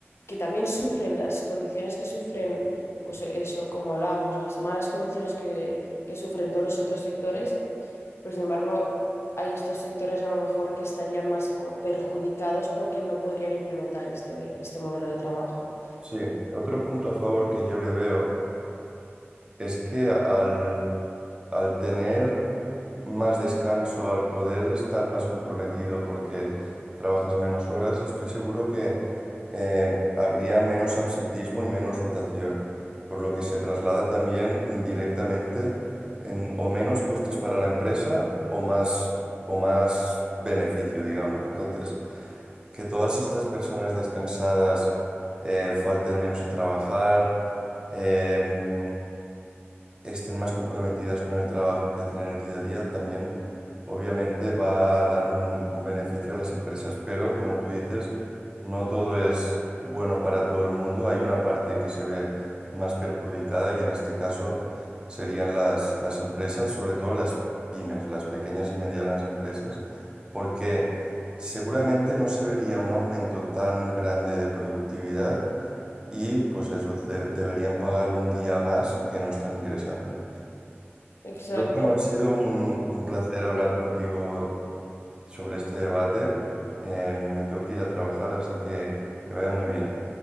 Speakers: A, on the left; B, on the right.
A: que también sufren las condiciones que sufren, pues eso, como hablábamos, las malas condiciones que, que sufren todos los otros sectores, pero sin embargo... Hay estos sectores a lo mejor que estarían más como perjudicados porque no podrían implementar este, este modelo de trabajo.
B: Sí, otro punto a favor que yo le veo. Es que al, al tener más descanso, al poder estar más comprometido porque trabajas menos horas, estoy seguro que eh, habría menos absentismo y menos rotación, por lo que se traslada también indirectamente en o menos costes para la empresa o más, o más beneficio, digamos. Entonces, que todas estas personas descansadas eh, falten menos a trabajar. em, estén más comprometidas con el trabajo que hacen en el día a día, también obviamente va a dar un, un beneficio a las empresas. Pero como tú dices, no todo es bueno para todo el mundo. Hay una parte que se ve más perjudicada y en este caso serían las, las empresas, sobre todo las pymes, las pequeñas y medianas empresas, porque seguramente no se vería un aumento tan grande de productividad. Y pues eso, de- deberían pagar un día más que no están ingresando.
A: Exacto.
B: Pero bueno, ha sido un, un placer hablar contigo sobre este debate. Eh, me tengo que ir a trabajar, así que que vaya muy bien.